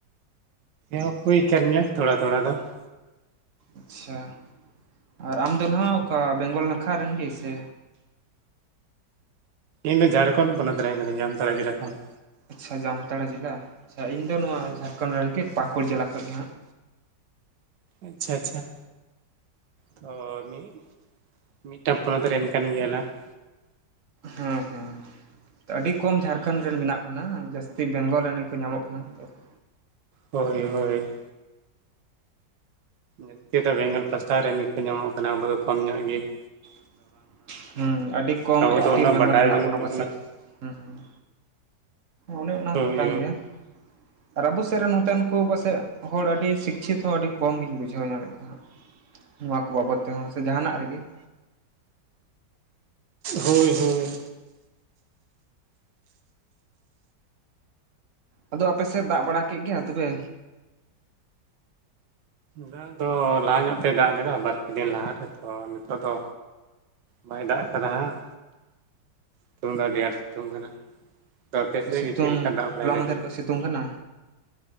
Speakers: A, on the right; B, on the right.
A: ᱮᱦᱚᱵ ᱦᱩᱭ ᱟᱠᱟᱱ ᱜᱮᱭᱟ ᱛᱷᱚᱲᱟ- ᱛᱷᱚᱲᱟ ᱫᱚ ᱾
B: ᱟᱪᱪᱷᱟ <unintelligible> ᱟᱨ ᱟᱢᱫᱚ ᱱᱟᱦᱟᱜ ᱚᱠᱟ ᱵᱮᱝᱜᱚᱞ ᱱᱟᱠᱷᱟ ᱨᱮᱱ ᱜᱮ ᱥᱮ?
A: ᱤᱧ ᱫᱚ ᱡᱷᱟᱲᱠᱷᱚᱸ ᱯᱚᱱᱚᱛ ᱨᱮᱱ ᱠᱟᱹᱱᱟᱹᱧ ᱡᱟᱢᱛᱟᱲᱟ ᱡᱮᱞᱟ ᱠᱷᱚᱱ ᱾
B: ᱟᱪᱪᱷᱟ ᱡᱟᱢᱛᱟᱲᱟ ᱡᱮᱞᱟ ᱾ ᱟᱪᱪᱷᱟ ᱤᱧ ᱫᱚ ᱱᱚᱣᱟ ᱡᱷᱟᱲᱠᱷᱚᱸᱰ ᱨᱮᱱ ᱜᱮ ᱯᱟᱹᱠᱩᱲ ᱡᱮᱞᱟ ᱠᱷᱚᱱ ᱜᱮ ᱦᱟᱸᱜ᱾
A: ᱟᱪᱪᱷᱟ ᱟᱪᱪᱷᱟ ᱾ ᱛᱚ ᱢᱤᱫ <unintelligible> ᱢᱤᱫᱴᱟᱝ ᱯᱚᱱᱚᱛ ᱨᱮᱱ ᱠᱟᱱ ᱜᱮᱭᱟᱞᱟᱝ ᱾
B: ᱦᱩᱸ ᱦᱩᱸ ᱾ ᱛᱚ ᱟᱹᱰᱤ ᱠᱚᱢ ᱡᱷᱟᱲᱠᱷᱚᱸᱰ ᱨᱮᱱ ᱢᱮᱱᱟᱜ ᱵᱚᱱᱟ ᱡᱟᱹᱥᱛᱤ ᱵᱮᱝᱜᱚᱞ ᱨᱮᱱ ᱜᱮ ᱠᱚ ᱧᱟᱢᱚᱜ ᱠᱟᱱᱟ ᱛᱚ ᱾
A: ᱦᱚᱭ ᱦᱚᱭ ᱾ ᱡᱟᱹᱥᱛᱤ ᱫᱚ ᱵᱮᱝᱜᱚᱞ ᱯᱟᱥᱴᱟ ᱨᱮᱱ ᱜᱮᱠᱚ ᱧᱟᱢᱚᱜ ᱠᱟᱱᱟ ᱟᱵᱚ ᱫᱚ ᱠᱚᱢ ᱧᱚᱜ ᱜᱮ ᱾
B: <unintelligible> ᱦᱩᱸ ᱟᱹᱰᱤ ᱠᱚᱢ
A: ᱟᱵᱚ
B: ᱮᱠᱴᱤᱵᱷ
A: ᱫᱚ ᱩᱱᱟᱹᱜ
B: ᱢᱮᱢᱵᱟᱨ
A: ᱵᱟᱰᱟᱭ
B: ᱢᱮᱱᱟᱜ
A: ᱵᱟᱹᱱᱩᱜ
B: ᱵᱚᱱᱟ
A: ᱛᱟᱵᱚᱱᱟ
B: ᱯᱟᱥᱮᱡ ᱦᱩᱸ ᱾ ᱚᱱᱮ ᱚᱱᱟ
A: ᱦᱳᱭ
B: ᱠᱟᱱ ᱜᱮᱭᱟ ᱾ ᱟᱨ ᱟᱵᱚ ᱥᱮᱫ ᱨᱮᱱ ᱱᱚᱛᱮᱱ ᱠᱚ ᱯᱟᱥᱮᱡ ᱦᱚᱲ ᱟᱹᱰᱤ ᱥᱤᱠᱪᱷᱤᱛ ᱦᱚᱸ ᱟᱹᱰᱤ ᱠᱚᱢ ᱜᱤᱧ ᱵᱩᱡᱷᱟᱹᱣ ᱧᱟᱢᱮᱫ ᱠᱚᱣᱟ ᱾ ᱱᱚᱣᱟ ᱠᱚ ᱵᱟᱵᱚᱛ ᱛᱮᱦᱚᱸ ᱥᱮ ᱡᱟᱦᱱᱟᱜ ᱨᱮᱜᱤ ᱾
A: ᱦᱚᱭ ᱦᱚᱭ᱾
B: ᱟᱫᱚ ᱟᱯᱮ ᱥᱮᱫ ᱫᱟᱜ ᱵᱟᱲᱟ ᱠᱮᱫ ᱜᱮᱭᱟ ᱛᱚᱵᱮ
A: ᱫᱟᱜ ᱫᱚ ᱞᱟᱦᱟ ᱧᱚᱜ ᱛᱮᱭ ᱫᱟᱜ ᱞᱮᱫᱟ ᱵᱟᱨ ᱯᱮ ᱫᱤᱱ ᱞᱟᱦᱟᱨᱮ ᱛᱚ ᱛᱚ ᱱᱤᱛᱚᱜ ᱫᱚ ᱵᱟᱭ ᱫᱟᱜ ᱟᱠᱟᱫᱟ ᱦᱟᱸᱜ ᱥᱤᱛᱩᱝ ᱫᱚ ᱟᱹᱰᱤ ᱟᱸᱴ ᱥᱤᱛᱩᱝ ᱠᱟᱱᱟ ᱟ ᱟᱯᱮᱥᱮᱫ
B: ᱟᱪᱪᱷᱟ ᱥᱤᱛᱩᱝ
A: ᱜᱮ ᱪᱮᱫ ᱞᱮᱠᱟ ᱫᱟᱜ ᱵᱟᱲᱟᱭ
B: ᱦᱚᱞᱟ ᱢᱟᱫᱷᱮᱨ
A: ᱫᱟᱭ
B: ᱠᱷᱚᱡ
A: <inaudible>
B: ᱥᱤᱛᱩᱝ ᱠᱟᱱᱟ